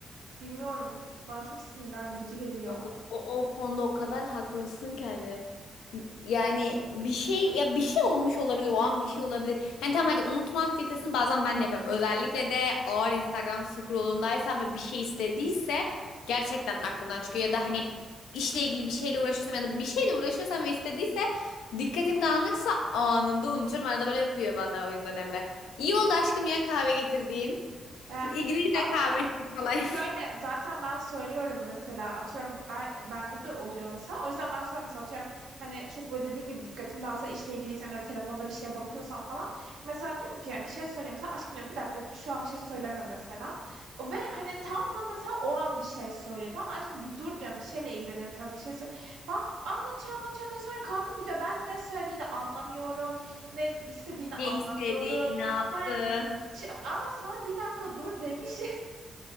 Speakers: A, on the right; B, on the left.
A: bilmiyorum. Bana çok sinirlendirici geliyor.
B: Yok o, o konuda o kadar haklısın ki hani yani bir şey ya bir şey olmuş olabilir o an bir şey olabilir. Hani tamam hadi unutma aktivitesini bazen ben de yapıyorum. Özellikle de ağır Instagram scrollundaysam ve bir şey istediyse gerçekten aklımdan çıkıyor ya da hani işle ilgili bir şeyle uğraşıyorsam ya da bir şeyle uğraşıyorsam ve istediyse dikkatim dağınıksa anında unutuyorum. Arada böyle yapıyor bana o yüzden Emre. İyi oldu aşkım ya kahve getirdiğin. <laughs>
A: Ha,
B: İlgili
A: ama
B: de kahve içtik falan.
A: Şöyle
B: <laughs>
A: zaten ben söylüyorum mesela atıyorum ay- bende de oluyor mesela. O yüzden ben söylüyorum mesela atıyorum hani çok böyle dediğin gibi dikkatim dağılsa işle ilgiliysem ya da telefonda bir şeye bakıyorsam falan. Mesela diyorum ki bir şey söyleyeyim mesela aşkım diyorum bir dakika şu an bir şey söyleme mesela. Ve hani tam da mesela o an bir şey söylüyor. Tamam aşkım bir dur diyorum bir şeyle ilgileniyorum şu an bir şey sö- falan. Anlatıyor anlatıyor anlatıyor sonra kalkıp bir de ben ne söylediğini anlamıyorum. Ne istediğini anlamıyorum.
B: Ne istedi, ne yaptı?
A: Ha, şey- ama sana bir dakika dur demiş. <laughs>